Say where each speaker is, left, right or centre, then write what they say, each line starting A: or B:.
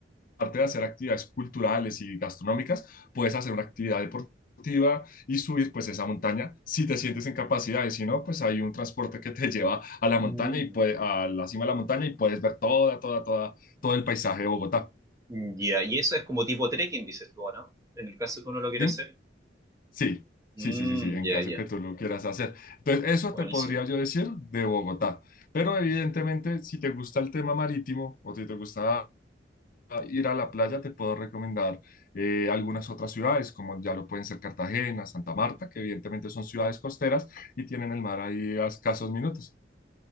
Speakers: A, on the left; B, on the right.
A: aparte de hacer actividades culturales y gastronómicas, puedes hacer una actividad deportiva y subir pues esa montaña si te sientes en capacidad y si no, pues hay un transporte que te lleva a la montaña
B: Mm.
A: y puede, a la cima de la montaña y puedes ver toda, toda, toda, todo el paisaje de Bogotá.
B: Ya, y eso es como tipo trekking, dices tú, ¿o no? En el caso que uno lo quiera
A: dime
B: hacer.
A: Sí,
B: Mm,
A: sí, sí, sí, sí, en
B: ya,
A: caso
B: ya.
A: que tú lo quieras hacer. Entonces, eso
B: Buenísimo.
A: te podría yo decir de Bogotá. Pero evidentemente, si te gusta el tema marítimo o si te gusta ir a la playa, te puedo recomendar eh, algunas otras ciudades, como ya lo pueden ser Cartagena, Santa Marta, que evidentemente son ciudades costeras y tienen el mar ahí a escasos minutos.